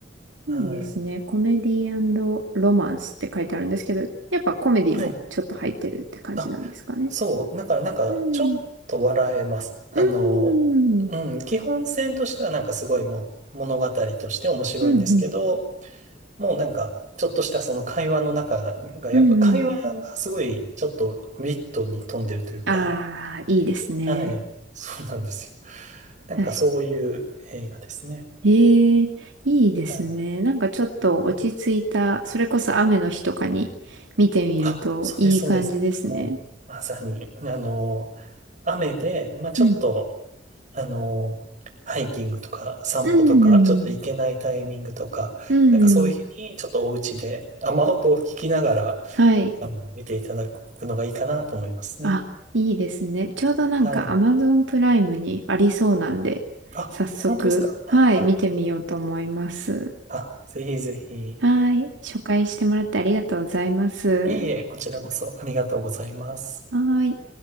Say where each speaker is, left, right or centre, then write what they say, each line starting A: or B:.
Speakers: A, on the right (about 45°); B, on the right (about 80°).
A: はい。
B: いいですね。コメディロマンスって書いてあるんですけど、やっぱコメディもちょっと入ってるって感じなんですかね。
A: はい。あ、そう。だから、なんか、
B: うん。
A: ちょっと笑えます。あの、
B: うん。
A: うん、基本線としては、なんかすごいもう、物語として面白いんですけど、
B: うん。
A: もうなんか、ちょっとしたその会話の中が、やっぱ会話がすごい、
B: うん。うん。
A: ちょっとウィットに富んでるというか、
B: ああー、いいですね。
A: はい。そうなんですよ。なんかそういう映画ですね。
B: 確ええ、いいですね。
A: はい。
B: なんかちょっと落ち着いた、
A: うん
B: それこそ雨の日とかに見てみるといい感じですね。
A: あ、そうです、そうです。もう、まさに、あの、雨で、まあ、ちょっと、
B: うん。
A: あの、ハイキングとか散歩とか、
B: うんうん。
A: ちょっと行けないタイミングとか、
B: うんうん。
A: なんかそういう日に、ちょっとお家で雨音を聞きながら、
B: はい。
A: あの、見ていただくのがいいかなと思いますね。
B: あ、いいですね。ちょうどなんか
A: はい。
B: Amazon プライムにありそうなんで、
A: あ、
B: 早速、
A: 本当ですかあ、
B: はい、見てみようと思います。
A: あ、あ、ぜひぜひ。い
B: はい。紹介してもらってありがとうございます。
A: えいえ、こちらこそありがとうございます。
B: はーい。